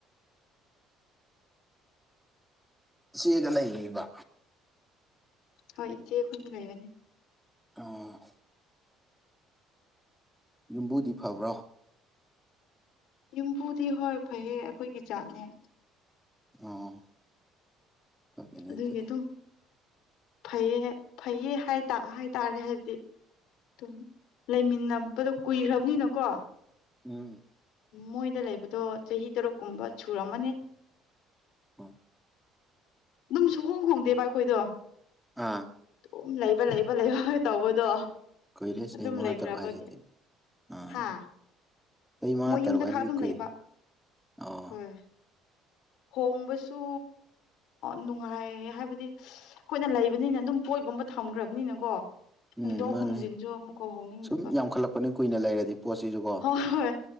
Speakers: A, in the centre; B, on the left (about 75°).
A: ꯆꯦꯒ ꯂꯩꯌꯤꯕ
B: ꯍꯣꯏ ꯏꯆꯦ ꯑꯩꯈꯣꯏꯅꯤ ꯂꯩꯕꯅꯦ
A: ꯑꯥ ꯌꯨꯝꯕꯨꯗꯤ ꯐꯕ꯭ꯔꯣ
B: ꯌꯨꯝꯕꯨꯗꯤ ꯍꯣꯏ ꯐꯩꯌꯦ ꯑꯩꯈꯣꯏꯒꯤ ꯖꯥꯠꯅꯦ
A: ꯑꯣ ꯐꯔꯦꯅꯦ
B: ꯑꯗꯨꯒꯤ
A: ꯑꯗꯨꯗꯤ
B: ꯑꯗꯨꯝ ꯐꯩꯌꯦ ꯐꯩꯌꯦ ꯍꯥꯏꯇꯥ ꯍꯥꯏꯇꯥꯔꯦ ꯍꯥꯏꯕꯗꯤ ꯑꯗꯨꯝ ꯂꯩꯃꯤꯟꯅꯕꯗꯣ ꯀꯨꯏꯈ꯭ꯔꯕꯅꯤꯅꯀꯣ
A: ꯎꯝ
B: ꯃꯣꯏꯗ ꯂꯩꯕꯗꯣ ꯆꯍꯤ ꯇꯔꯨꯛ ꯀꯨꯝꯕ ꯁꯨꯔꯝꯃꯅꯤ
A: ꯍꯣꯏ
B: ꯑꯗꯨꯝ ꯁꯨꯍꯣꯡ ꯈꯣꯡꯗꯦꯕ ꯑꯩꯈꯣꯏꯗꯣ
A: ꯑꯥ
B: ꯎꯝ ꯂꯩꯕ ꯂꯩꯕ ꯂꯩꯕ ꯇꯧꯕꯗꯣ
A: ꯀꯨꯏꯔꯦ ꯆꯍꯤ
B: ꯑꯗꯨꯝ
A: ꯃꯉꯥ
B: ꯂꯩꯈ꯭ꯔꯕꯒꯤ
A: ꯇꯔꯨꯛ ꯍꯥꯏꯁꯤꯗꯤ ꯑꯥ
B: ꯍꯥ
A: ꯆꯍꯤ ꯃꯉꯥ
B: ꯃꯣꯏ ꯌꯨꯝꯗ
A: ꯇꯔꯨꯛ ꯍꯥꯏꯁꯤꯗꯤ
B: ꯈꯥꯛꯇ ꯑꯗꯨꯝ
A: ꯀꯨꯏꯔꯦ
B: ꯂꯩꯕ
A: ꯑꯣ
B: ꯍꯣꯏ ꯍꯣꯡꯕꯁꯨ ꯅꯨꯡꯉꯥꯏ ꯍꯥꯏꯕꯗꯤ ꯑꯩꯈꯣꯏꯅ ꯂꯩꯕꯅꯤꯅ ꯑꯗꯨꯝ ꯄꯣꯠꯒꯨꯝꯕ ꯊꯝꯈ꯭ꯔꯕꯅꯤꯅꯀꯣ ꯍꯣꯡꯗꯣꯛ
A: ꯎꯝ ꯃꯥꯅꯦ
B: ꯍꯣꯡꯖꯤꯟꯁꯨ ꯑꯃꯨꯛꯀ ꯍꯣꯡꯅꯤꯡꯗꯕ
A: ꯁꯨꯝ ꯌꯥꯝꯈꯠꯂꯛꯄꯅꯤ ꯀꯨꯏꯅ ꯂꯩꯔꯗꯤ ꯄꯣꯠꯁꯤꯁꯨꯀꯣ
B: ꯍꯣꯏ ꯍꯣꯏ